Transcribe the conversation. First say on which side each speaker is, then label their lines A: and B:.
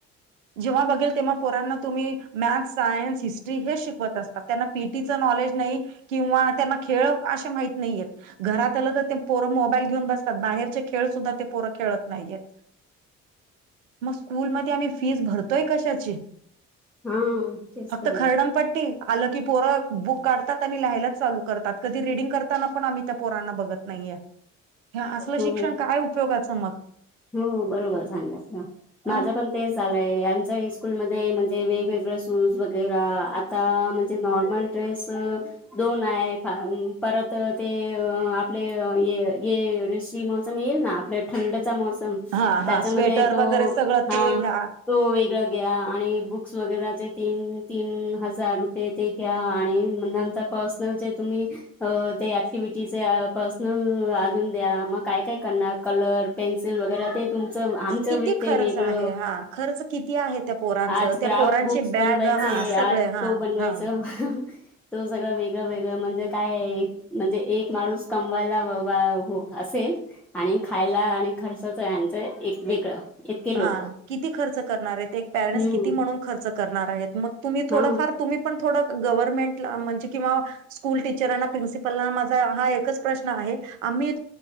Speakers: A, on the right; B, in the centre.
A: जेव्हा बघेल तेव्हा पोरांना तुम्ही, मॅथ्स सायन्स हिस्ट्री हे शिक त्यांना पेटीचे नॉलेज नाही किंवा, त्यांना खेळ अशी माहित नाही येत. घरात आलं तर ते पोरं मोबाईल घेऊन बसतात, बाहेरचे खेळ सुद्धा ते पोरं खेळत नाही येत. मग स्कूलमध्ये आम्ही फीस भरत <unintelligible> कशाची
B: हा तेच
A: फक्त
B: तर ना
A: कर्दमपट्टी आलं की पोरगं बुक काढतात. तात आणि लहायलाच चालू करतात कधी रीडिंग करताना पण आम्ही त्या पोरांना बघत नाहीये. हे असलं,
B: हो
A: शिक्षण काय उपयोगाचं मग.
B: हो बरोबर सांगा, माझं
A: हा.
B: पण. ते झालंय आमच्यास्कूलमध्ये म्हणजे, वेगवेगळ शूज वगैर आता म्हणजे नॉर्मल. ड्रेस दोन आहे, परत ते आपले हे. येवरशी मोसम येईल ना, आपल्या थंडचा मोसम. तेच्यामध्ये
A: हा हा स्वेटर
B: तो,
A: वगैरे सगळं
B: हां..
A: ते घ्या.
B: तो वेगळा. घ्या आणि बुक्स वगैरचे, तीन तीन हजार रुपये ते घ्या आणि नंतर पार्स ते जे तुम्ही. अ ते ऍक्टिव्हटीचे पर्सनल अजून द्या, मग काय काय करणार कलर. पेन्सिल वगैरे ते तुम आमचं
A: किती खर्च
B: तेन वेगळ,
A: आहे हा खर्च किती आहे त्या पोरांचं
B: आज
A: त्या
B: प्रॉक्स
A: पोरांची
B: बुक वेगळं. बनवायचंय
A: बॅग हा
B: ये, आज
A: सगळे हा
B: तो बनवायचा.
A: हा.
B: तो सगळं वेगळं, वेगळं म्हणजे काय आहे. म्हणजे एक माणूस कमवायला असेल. आणि खायला आणि, खर्चच आहे याचं, एक वेगळं. इतके लोक
A: हा किती खर्च करणार आहेत, एक पॅरेंट्स
B: हम्म
A: किती म्हणून खर्च करणार आहेत मग, तुम्ही थोडंफार
B: हा
A: तुम्ही. पण म्हणजे गव्हर्मेंट ला किंवा, म्हणजे स्कूल टीचर ला प्रिन्सिप त्यांना माझा एक प्रश्न आहे, आणि आम्ही